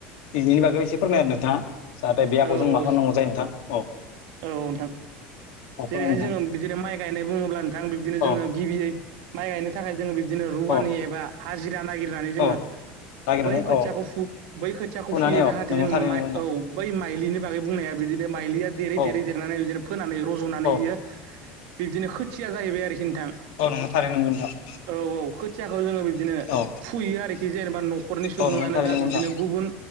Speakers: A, on the left; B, on the right.
A: बिदिनि बागै खौ एसे फोरमायना
B: औ
A: होदो नोंथाङा जाहाथे बे
B: औ
A: हाखौ
B: औ
A: जों मा खामनांगौ जायो नोंथां औ।
B: औ नोंथां।
A: औ
B: जेरैहाय
A: फोरमाय नोंथां
B: जोङो बिदिनो माइ गायनाय बुङोब्ला नोंथां बिब्दिनो जोङो
A: औ
B: गिबियै माइ गायनो थाखाय जोङो बिबदिनो रुवानि
A: औ
B: एबा हाजिरा नागिरनानै जोङो
A: औ नागिरनानै
B: बै खोथियाखौ
A: औ
B: बै खोथियाखौ
A: फुनानै
B: फुयो
A: औ
B: जाहाथे
A: नोंगौ
B: जों
A: थारैनो
B: माइ
A: नोंगौ नोंथां
B: औ बै माइलिनि बागै बुंनाया बिदिनो माइलिया देरै
A: औ
B: देरै देरनानै बिदिनो फोनानै रज'नानै
A: औ
B: बियो बिबदिनो खोथिया जाहैबाय आरोखि। नोंथां
A: औ नोंगौ थारैनो नोंगौ नोंथां।
B: औ औ खोथियाखौ जोङो बिबदिनो
A: औ
B: फुयो आरोखि जेनेबा न'खरनि सुबुङानो
A: औ नोंगौ थारैनो
B: जा बिबदिनो
A: नोंगौ नोंथां
B: गुबुन